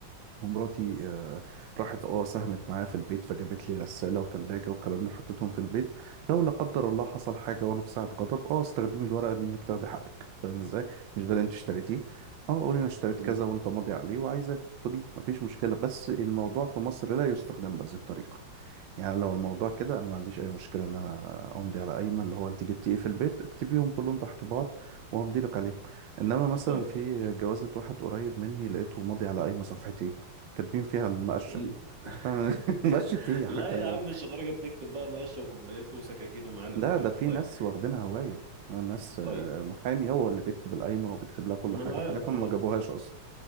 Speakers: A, on the right; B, on the right.
A: ومراتي آه، راحت اه ساهمت معايا في البيت فجابت لي غسالة وتلاجة والكلام ده حطيتهم في البيت لو لا قدر الله حصل حاجة وانا في ساعة غضب اه استخدمي الورقة دي انك تاخدي حقك فاهم ازاي مش ده اللي انت اشتريتيه اه قولي انا اشتريت
B: امم
A: كذا وانت ماضي عليه وعايزة خديه مفيش مشكلة بس الموضوع في مصر لا يستخدم بهذه الطريقة يعني لو الموضوع كده انا ما عنديش اي مشكله ان انا امضي على قايمه اللي هو انت جبتي ايه في البيت اكتبيهم كلهم تحت بعض وهمضي لك عليهم انما مثلا
B: طيب
A: في جوازه واحد قريب مني لقيته ماضي على قايمه صفحتين كاتبين فيها المقشه
B: ال-
A: فانا
B: <laughs>
A: <laughs> مقشه ايه يا
B: لا
A: حاجه اللي...
B: يا عم مش لدرجة نكتب بقى مقاشة وكوبايات وسكاكين ومعالق
A: ده
B: والكلام
A: <laughs> ده في
B: ده طيب
A: ناس واخدينها هوايه ناس آه،
B: طيب
A: محامي هو اللي بيكتب القايمه وبيكتب لها كل
B: ما
A: حاجه
B: انا
A: وحاجاتهم
B: عارف اه
A: ما جابوهاش اصلا